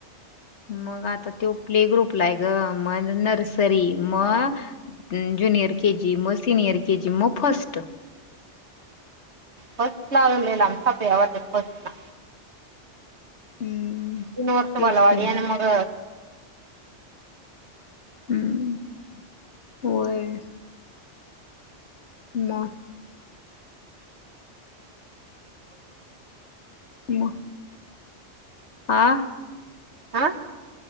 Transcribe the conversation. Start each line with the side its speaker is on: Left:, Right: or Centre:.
Left: मग आता तो प्ले ग्रुपला आहे, गं मग नर्सरी म अ जुनियर के जी म सिनियर के जी म फ़र्स्ट.
Right: फस्ट ला अजून लय लांब, सातव्या वर्षात फस्ट ला.
Left: हम्म!
Right: तीन वर्ष
Left: तेच
Right: बालवाडी
Left: की
Right: आणि मग
Left: हम म होय. म म आ
Right: हा